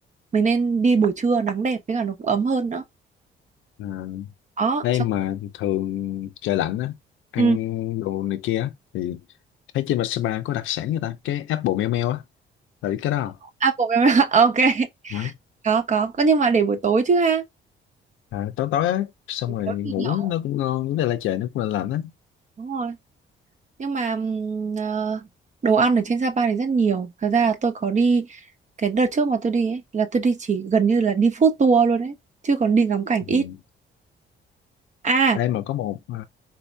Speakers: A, on the right; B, on the left.
A: mình nên đi buổi trưa nắng đẹp với cả nó cũng ấm hơn nữa
B: à,
A: đó
B: đây
A: sao
B: mà thường trời lạnh á ăn
A: Ừ.
B: đồ này kia á, thì thấy trên Vasapa có đặc sản người ta cái apple meo meo á là biết cái đó không
A: à, bộ- <laughs> ok
B: Hả?
A: có có có nhưng mà để buổi tối chứ ha
B: à, tối tối á xong
A: buổi
B: rồi
A: tối
B: ngủ
A: thì nhậu
B: nó cũng ngon với lại trời nó cũng lạnh lạnh á
A: đúng rồi nhưng mà ừm, ờ, đồ ăn ở trên Sapa thì rất nhiều thật ra là tôi có đi cái đợt trước mà tôi đi ấy, là tôi đi chỉ gần như là đi food tour luôn ấy chứ còn đi ngắm cảnh
B: ừ.
A: ít à
B: đây mà có một à,